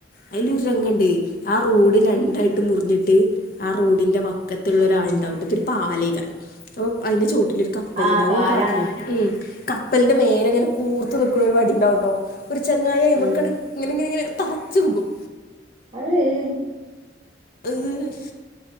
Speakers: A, on the left; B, on the right.
A: അയിലൊരു രംഗണ്ടേയ് ആ റോഡ് രണ്ടായിട്ട് മുറിഞ്ഞിട്ട് ആ റോഡിന്റെ വ ക്കത്തുള്ളൊരാളുണ്ടാവുട്ടോ
B: ആഹ്
A: തൊരു പാലേയ്ക്കാരം അപൊ അയിന്റെ ചോ പിന്നൊരു കപ്പലുണ്ടാവും
B: ആഹ് പാലാണ്
A: ഈ ക ഉം കപ്പലിന്റെ മേലെങ്ങനെ കൂർത്ത് നിക്കണൊരു വടിണ്ടാവുട്ടോ ഒരു ചെങ്ങായി അയ്മക്ക്ണ്ട്
B: ഉം
A: ങ്ങനെങ്ങനെങ്ങനെ തറച്ചു വിഗും
B: അഹ് ഹ്
A: അഹ്